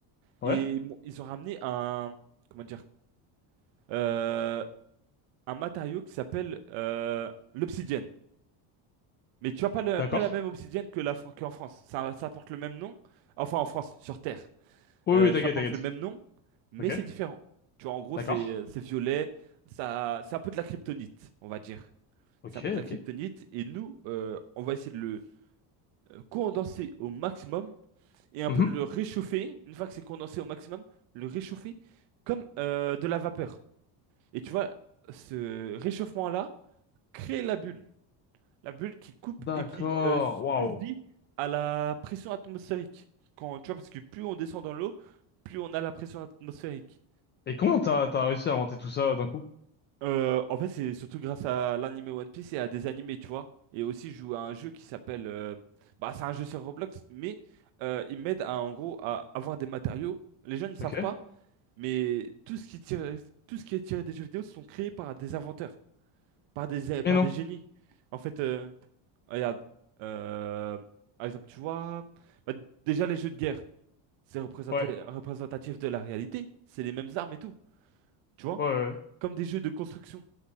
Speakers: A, on the left; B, on the right.
A: Ouais,
B: et ils m'ont- ils ont ramené un, comment dire, euh, un matériau qui s'appelle euh, l'obsidienne. Mais tu vois, pas, le-
A: d'accord.
B: pas la même obsidienne que la, Fran- qu'en France. Ça, ça porte le même nom, enfin en France, sur Terre.
A: Oui,
B: Euh,
A: oui, t'inquiète,
B: ça porte
A: t'inquiète.
B: le même nom, mais
A: Ok,
B: c'est différent. Tu vois, en gros,
A: d'accord.
B: c'est euh, c'est violet, ça, c'est un peu de la kryptonite, on va dire.
A: Ok,
B: C'est un peu de la
A: ok.
B: kryptonite, et nous, euh, on va essayer de le euh, condenser au maximum et un
A: Mhm.
B: peu de le réchauffer. Une fois que c'est condensé au maximum, le réchauffer comme euh, de la vapeur. Et tu vois, ce réchauffement-là crée la bulle, la bulle qui coupe
A: D'accord.
B: et qui euh,
A: Waouh.
B: survit à la pression atmosphérique. Quand, tu vois, parce que plus on descend dans l'eau, plus on a la pression atmosphérique.
A: Et comment t'as t'as réussi à inventer tout ça d'un coup?
B: Euh, en fait, c'est surtout grâce à l'anime One Piece et à des animés, tu vois. Et aussi, je joue à un jeu qui s'appelle... euh, Bah, c'est un jeu sur Roblox, mais euh, il m'aide à, en gros, à avoir des matériaux. Les gens ne savent
A: Ok.
B: pas, mais tout ce qui tire- tout ce qui est tiré des jeux vidéo sont créés par des inventeurs, par des, par
A: Mais non.
B: des génies. En fait, euh, regarde, euh, par exemple, tu vois, bah, déjà les jeux de guerre, c'est représenté-
A: Ouais.
B: représentatif de la réalité. C'est les mêmes armes et tout, tu vois.
A: Ouais. ouais. ouais.
B: Comme des jeux de construction